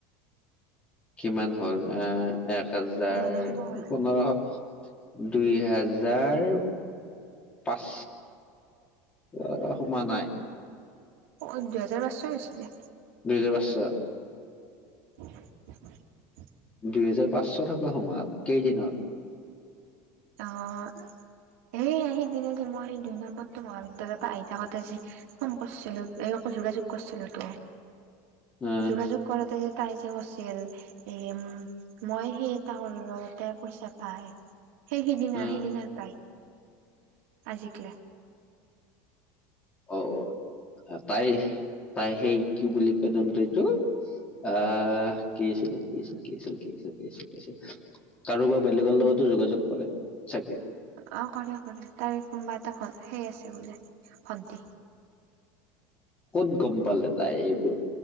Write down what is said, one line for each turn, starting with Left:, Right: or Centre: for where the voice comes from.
Left: কিমান হ'ল আহ এক হাজাৰ
Right: পোন্ধৰশ টকা
Left: পোন্ধৰশ। দুই হাজাৰ পাঁচ অ', সোমোৱা নাই।
Right: অ', দুহেজাৰ পাঁচশ হৈছিলে।
Left: দুহেজাৰ পাঁচশ?
Right: <unintelligible>
Left: দুইহেজাৰ পাঁচশ টকা সোমাল কেইদিনত?
Right: অ', এই হেই দিনা যে মই দুই নম্বৰতো মহাবিদ্যালয়ৰ পৰা আহি থাকো তেযে ফোন কৰিছিলো। এই আকৌ যোগাযোগ কৰিছিলো টো।
Left: আহ
Right: যোগাযোগ কৰাতে তাই যে কৈছিল, এ উম মই সেই এটা কৰো ৰ' এইতে পইচা পাই। সেই সিদিনা
Left: আহ
Right: সিদিনা পাই, আজিকলে
Left: অ' তাই তাই সেই কি বুলি কয় নামটো এইটো। আহ কি আছিলে, কি আছিলে, কি আছিল, কি আছিল, কি আছিল, কি আছিল। কাৰোবাৰ বেলেগৰ লগতো যোগাযোগ কৰে, চাগে।
Right: অ', কৰে কৰে তাইৰ কোনোবা এটা হে আছে বোলে ভণ্টি
Left: ক'ত গ'ম পালে তাই এইবোৰ?